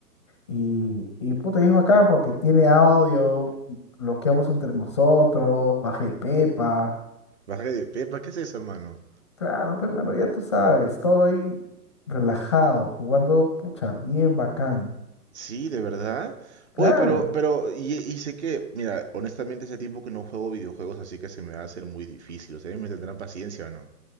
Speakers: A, on the left; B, on the right.
A: Y, y puta, es bacán porque tiene audio. Bloqueamos entre nosotros. bajé Pepa.
B: baja de Pepa, ¿qué es eso, hermano?
A: Claro, pero mano, ya tú sabes. Estoy relajado, jugando, pucha, bien bacán.
B: Sí, de verdad.
A: Claro.
B: Oye, pero, pero, y, y sé que, mira, honestamente hace tiempo que no juego videojuegos, así que se me va a hacer muy difícil. Ustedes me tendrán paciencia o no.